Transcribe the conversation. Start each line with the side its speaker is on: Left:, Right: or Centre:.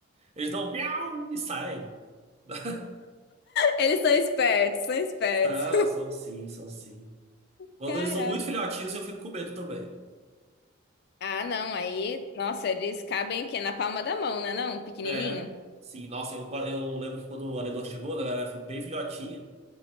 Right: eles dão miau e saem. <laughs>
Left: Eles são espertos, são espertos.
Right: São, são sim, são sim.
Left: <laughs>
Right: Quando
Left: Caraca.
Right: eles são muito filhotinhos, eu fico com medo também.
Left: Ah, não, aí, nossa, eles cabem o quê? Na palma da mão, né? Não, pequenininho.
Right: É, sim, nossa, eu, eu lembro que quando a Lenor chegou, né, ela era bem filhotinha.